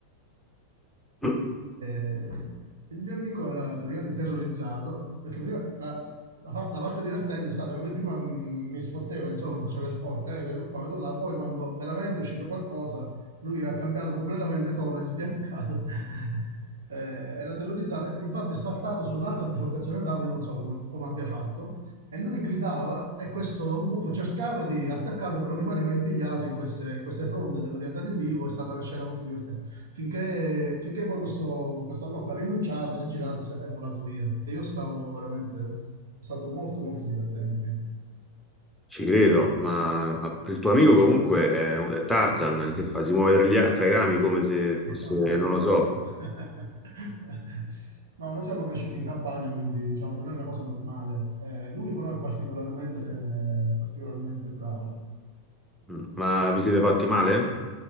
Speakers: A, in the centre; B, on the right.
A: <clears throat>
B: Eh, il mio amico era praticamente terrorizzato perché prima la, la, fa- la parte divertente è stata che lui prima mh, mi sfotteva, insomma, faceva il forte, eh, vedo qua, vedo là, poi quando veramente è uscito qualcosa, lui ha cambiato completamente tono, è sbiancato, <laughs> Eh, era terrorizzato, infatti è saltato sull'altra biforcazione del ramo, io non so come, come abbia fatto, e lui gridava e questo gufo cercava di attaccarlo, però rimaneva impigliato in queste, in queste fronde della pianta di ulivo, è stata una scena molto divertente. Finché, finché poi questo, questo allocco ha rinunciato, si è girato si è volato via. E io stavo veramente... È stato molto, molto divertente. quindi.
A: ci credo, ma ah, il tuo amico comunque è, è Tarzan, che fa? Si muove tra, gli a- tra i rami come se fosse,
B: No, no,
A: non
B: no, noi siamo...
A: lo so,
B: <laughs> No, noi siamo cresciuti in campagna, quindi diciamo per noi è una cosa normale. Eh, lui però è particolarmente, particolarmente bravo.
A: Mm, ma vi siete fatti male?